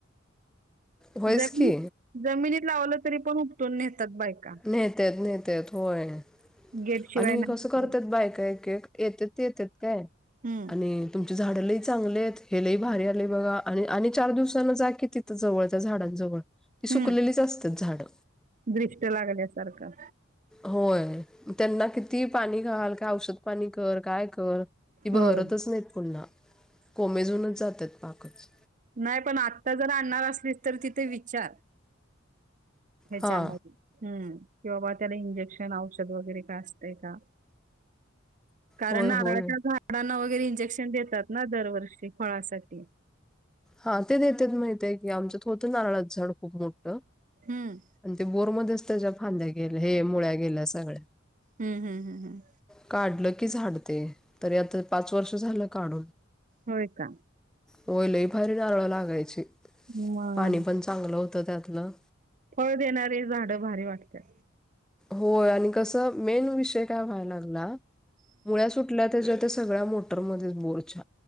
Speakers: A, in the centre; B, on the right.
A: होयच
B: जनी
A: की
B: जमिनीत लावलं तरी पण नेतात बायका
A: नेत्यात नेत्यात होय.
B: गेट शिवाय
A: आणि
B: नाही
A: कसं करतात बायका एक येतेत येतेत काय
B: हम्
A: आणि तुमचे झाडही चांगले आहेत. हे लही भारी आले बघा, आणि चार दिवसाना जा की तिथ जवळ त्या झाडांजवळ ती सुकलेलीच
B: हम्म
A: असतात झाडं
B: दृष्ट लागल्यासारखं
A: होय त्यांना किती पाणी घाल, का औषधपाणी कर काय कर, ती बहरतच
B: हो
A: नाहीत पुन्हा. कोमेजूनच जात्यात पाकच.
B: नाही पण आत्ता जर आणणार असलीस, तर तिथे विचार. ह्याच्यामध्ये
A: हा
B: हंमम्, की बाबा त्याला इंजेक्शन, औषध वगैरे काय असतय का? कारण
A: होय
B: नारळाच्या
A: होय
B: झाडांना वगैरे इंजेक्शन देतात ना दरवर्षी, फळासाठी.
A: हां, ते देत्यात माहतीय की, आमच्यात होतं नारळाचं झाड खूप मोठं. ‌
B: हंमम्
A: आणि ते बोरमध्येच त्याच्या फांद्या गेल्या, हे मुळ्या गेल्या सगळ्या.
B: हम हम हम हम.
A: काढल की झाडते, तरी आता पाच वर्ष झाल काढून.
B: होय का.
A: होय, लई भारी नारळ लागायची.
B: मग
A: पाणी पण चांगलं होतं त्यातलं.
B: फळ देणारी झाडं भारी वाटत्यात.
A: होय, आणि कसं, मेन विषय काय व्हायला लागला मुळ्या सुट आपल्या त्याच्या त्या सगळ्या मोटरमध्येच बोरछा